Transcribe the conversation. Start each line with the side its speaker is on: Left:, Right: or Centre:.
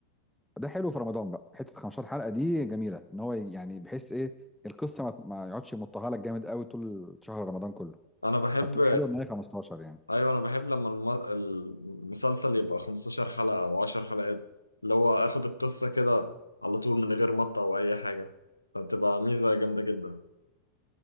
Centre: ده حلو في رمضان بقى حتة 15 حلقة دي جميلة إن هو يعني بحيث إيه القصة ما, ما يقعدش يمطها لك جامد قوي طول شهر رمضان كله
Left: انا بحب
Centre: فبتبقى حلوة إن هي 15 يعني
Left: ايوه انا بحب لما الم- المسلسل يبقى 15 حلقة او 10 حلقات اللي هو اخد القصة كده على طول من غير مطة او اي حاجة فبتبقى ميزة جامدة جدا